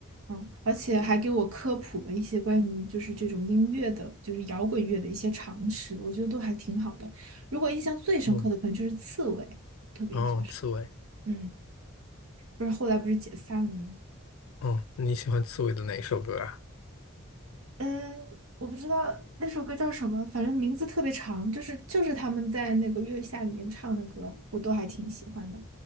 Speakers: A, on the right; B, on the left.
A: 嗯，而且还给我科普了一些关于就是这种音乐的，就是摇滚乐的一些常识，我觉得都还挺好的。如果印象最深刻的，
B: 嗯，
A: 可能就是刺猬，特别印象深刻。
B: 哦，刺猬。
A: 嗯，不是后来不是解散了吗？
B: 哦，你喜欢刺猬的哪一首歌啊？
A: 嗯，我不知道那首歌叫什么，反正名字特别长，就是就是他们在那个《月下》里面唱的歌，我都还挺喜欢的。